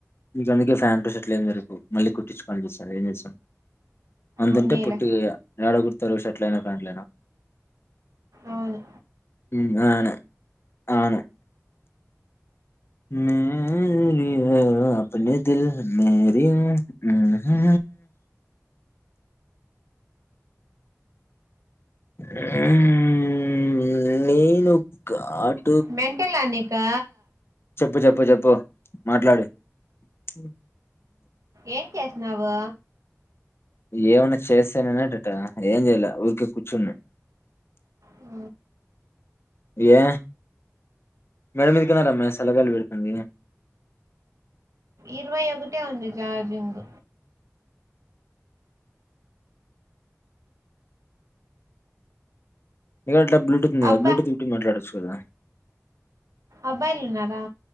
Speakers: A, on the left; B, on the right.
A: ఇంక అందుకే ప్యాంట్ షర్ట్లు ఏరిపు మళ్ళీ కుట్టించుకోని చేస్తాను ఏం చేసాం అంతుంటే
B: ఉన్నీలే
A: పొట్టిగాయ యాడ గుర్ తరుషట్లనా ప్యాంట్లైన
B: అవును
A: అను అవును మేరియ అభనిదల్ మేరియు ఉహు ఊ నేను కాద్
B: మెంటలా నీకు
A: చెప్పు చెప్పు చెప్పు మాట్లాడు ఉ
B: ఏం చేసినావు
A: ఏమన్నా చేస్తేనేన ఎటట ఏం చేయలే ఊరికే కూర్చున్నా
B: ఆ,
A: ఏ మేడం మీ ఇదికనా రమ్యా సలగాలు విడుతుంది
B: ఇరవై ఒకటే ఉంది జార్జింగ్
A: ఇక్కడ ఇంట్లో బ్లూటూత్ ఉంది కదా
B: అబ్బా
A: బ్లూటూత్ తో మాట్లాడచ్చు కదా
B: అబ్బాయిలు ఉన్నారా